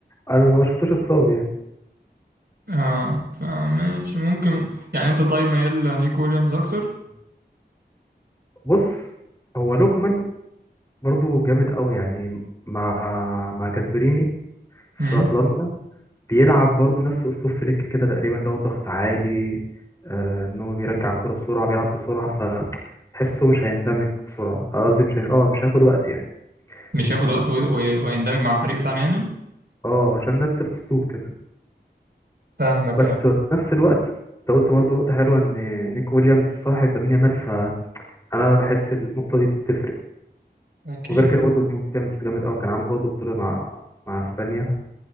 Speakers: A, on the left; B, on the right.
A: انا ما شفتوش اتصاب يعني
B: اه فماشي ممكن يعني انت طيب ميال نيكو ويليامز اكتر
A: بص هو لوكمان برضو جامد قوي يعني مع مع جاسبريني
B: مم.
A: في اتلانتا بيلعب برضو نفس اسلوب فليك كده تقريبا اللي هو ضغط عالي آه ان هو بيرجع الكوره بسرعه بيلعب بسرعه فتحسه مش هيندمج بسرعه آه، قصدي مش هي... اه مش هياخد وقت يعني
B: مش هياخد
A: إن...
B: وقت و- و- ويندمج مع الفريق بتاعنا يعني
A: اه عشان نفس الاسلوب كده
B: فاهمك
A: بس
B: يعني
A: في نفس الوقت انت قلت برضو نقطه حلوه ان نيك ويليامز صاحب لامين يامال فانا بحس النقطه دي بتفرق
B: أكيد
A: وغير كده برضه نيو كامس جامد قوي كان عامل برضه بطولة مع مع اسبانيا